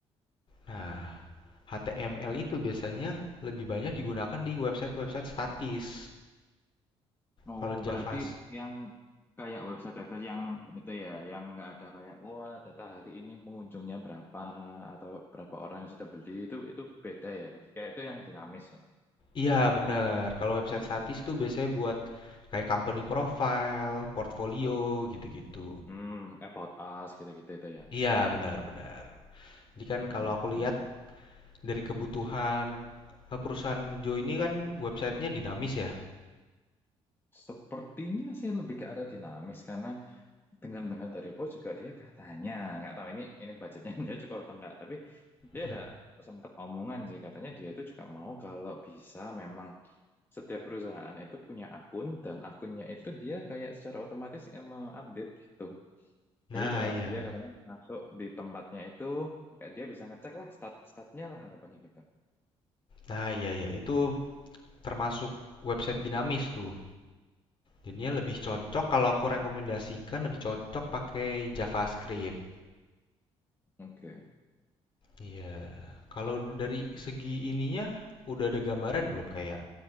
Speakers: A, on the left; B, on the left.
A: Nah, HTML itu biasanya lebih banyak digunakan di website-website statis.
B: Oh,
A: Kalau Java,
B: berarti yang kayak website-website yang itu ya, yang nggak ada kayak wah data hari ini pengunjungnya berapa atau berapa orang yang sudah beli itu itu beda ya. Kayak itu yang dinamis ya.
A: iya bener. Kalau website statis tuh biasanya buat kayak company profile, portfolio, gitu-gitu.
B: Hmm, about us gitu-gitu itu ya.
A: Iya benar-benar. Jadi kan kalau
B: Oke.
A: aku lihat dari kebutuhan eh, perusahaan Joe ini kan websitenya dinamis ya.
B: Sepertinya sih lebih ke arah dinamis karena dengar-dengar dari bos juga dia katanya nggak tahu ini ini budgetnya <laughs> dia cukup atau enggak tapi dia
A: Mm.
B: ada sempat omongan sih katanya dia itu juga mau kalau bisa memang setiap perusahaan itu punya akun dan akunnya itu dia kayak secara otomatis yang mengupdate gitu
A: Nah
B: jadi kalau
A: iya,
B: dia katanya masuk di tempatnya itu kayak dia bisa ngecek lah stat statnya lah harapannya gitu
A: nah iya ya itu termasuk website dinamis tuh. Jadinya lebih cocok kalau aku rekomendasikan lebih cocok pakai JavaScript.
B: oke
A: Iya, kalau dari segi ininya udah ada gambaran belum kayak